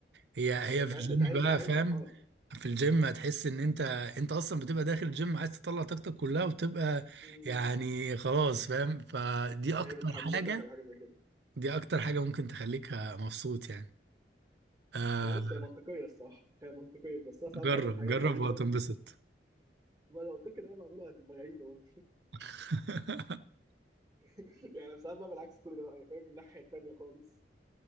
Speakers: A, on the right; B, on the right.
A: هي هي
B: يعني
A: في
B: انت
A: الجيم
B: عايز انت عايز
A: بقى
B: انت عايز
A: فاهم
B: تتحرك
A: في الجيم هتحس ان انت انت اصلا بتبقى داخل الجيم عايز تطلع طاقتك كلها وتبقى
B: مم.
A: يعني خلاص فاهم فدي اكتر
B: هي بتحمسك
A: حاجة
B: على حاجه زي كده
A: دي اكتر حاجة ممكن تخليك مبسوط يعني آه
B: هي بص هي منطقيه الصراحه هي منطقيه بس انا
A: جرب
B: ساعات بعمل حاجات
A: جرب
B: غريبه
A: وهتنبسط
B: وانا لو قلت لك ان انا بعملها هتبقى غريبه برضه
A: <laughs>
B: <laughs> يعني ساعات بقى بالعكس كل ده بقى يعني فاهم من الناحيه التانيه خالص